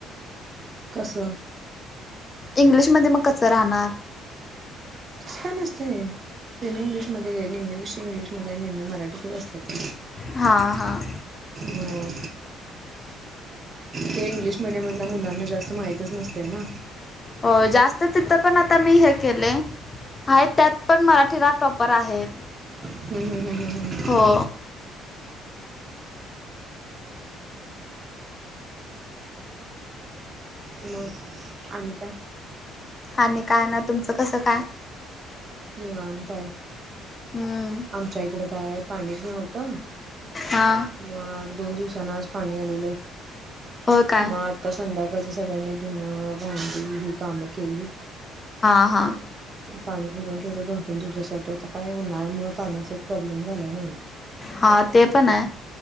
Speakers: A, on the right (about 40°); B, on the left (about 30°).
A: कसं?
B: इंग्लिशमध्ये मग कच्च राहणार.
A: तस काय नसतंय सेमी इंग्लिशमध्ये निम्मे विषय इंग्लिश मध्ये आणि निम्मे मराठीतच अस त्यात
B: हां हां
A: हो. ते इंग्लिश मीडियम मधल्या मुलांना जास्त माहितच नसतंय ना.
B: हो जास्त तिथं पण आता मी हे केलय. हाय त्यात पण मराठीला टॉपर आहेत.
A: हम् हम् हम् हम् हम्.
B: हो.
A: मग आणि काय?
B: आणि काय नाय. तुमचं कसं काय?
A: निवांत आय.
B: हम्म.
A: आमच्या इकडं काय पाणीच नव्हतं.
B: हा.
A: म दोन दिवसांन आज पाणी आलेलं
B: हो काय
A: म आता संध्याकाळच सगळ्यांनी धुनं भांडी ही कामं केली.
B: हां हां.
A: पाणी भरून ठेवलं दोन तीन दिवसासाठी आता काय उन्हाळ्या मुळ पाण्याचा एक प्रॉब्लेम झालाय नव्हे.
B: हा ते पण आय.